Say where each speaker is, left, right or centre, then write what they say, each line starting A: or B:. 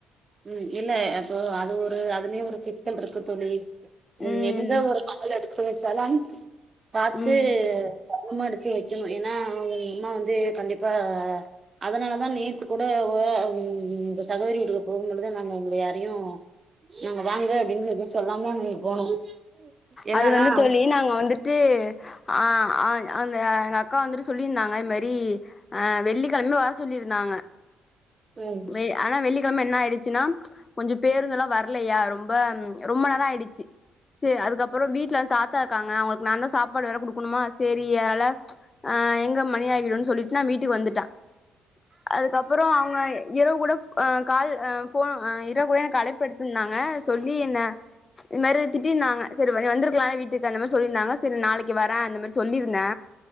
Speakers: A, on the right (about 35°); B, on the left (about 30°).
A: உம் இல்ல அப்போ அது ஒரு அதுலயே ஒரு சிக்கல் இருக்கு தோழி
B: ம்
A: உ எந்த ஒரு கால் எடு வெச்சாலு பாத்து
B: ம்
A: மா எடுத்து வெக்கணு ஏன்னா உங்க அம்மா வந்து கண்டிப்பா அதனாலதா நேத்து கூட ஒ உங்க சகோதரி வீட்டுக்கு போகும்போளுது நாங்க எங்களை யாரையு நாங்க வாங்க அப்டின்னு எதுவு சொல்லாமா அங்க போனோ என்னன்னா
B: அது வந்து சொல்லி நாங்க வந்துட்டு ஆ ஆ அந்த எங்க அக்கா வந்துட்டு சொல்லியிருந்தாங்க இது மாரி ஆஹ் வெள்ளிக்கெழமையு வர சொல்லியிருந்தாங்க
A: ம் ம்.
B: மே ஆனா வெள்ளி கெழம என்ன ஆயிடுச்சுன்னா கொஞ்சோ பேருங்கல்லா வரலயா ரொம் ம்ப ரொம்ப நேரோ ஆயிடுச்சு அதுக்கப்புறோ வீட்டுல வந்து தாத்தா இருக்காங்க அவுங்களுக்கு நா தா சாப்பாடு வேற குடுக்கணுமா சரி அதால ஆஹ் எங்க மணி ஆகிடுன்னு சொல்லிட்டு நா வீட்டுக்கு வந்துட்டே அதுக்கப்புறோ அவங்க <unintelligible> கூட அ கால் அ ஃபோ ஆஹ் இரகுல்ல கழப்பு எடுத்துருந்தாங்க சொல்லி என்ன இந் மேரி திட்டிருந்தாங்க செரி <unintelligible> வந்துருக்கலால்லா வீட்டுக்கு அந்த மாரி சொல்லியிருந்தாங்க செரி நாளைக்கு வரே அந்த மாரி சொல்லியிருந்தே